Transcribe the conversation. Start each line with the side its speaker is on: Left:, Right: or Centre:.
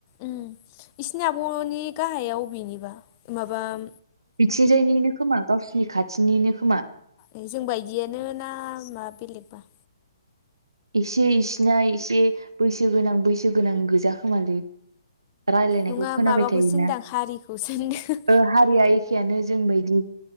Left: उम इसिनि आब'नि गाहाया अबेनिबा माबाम
Right: बिथिंजायनिनो खोमा गावसोरनि खाथिनिनो खोमा
Left: ए जों बायदिआनो ना मा बेलेगबा
Right: इसे इसिना एसे बैसो गोनां बैसो गोनां गोजा खोमालै रायलायनायखौ
Left: उम नङा
Right: खोनाबाय
Left: माबाखौसो
Right: थायोना
Left: होनदां हारिखौसो होनदो
Right: ओ हारिया एखेयानो जोंबायदि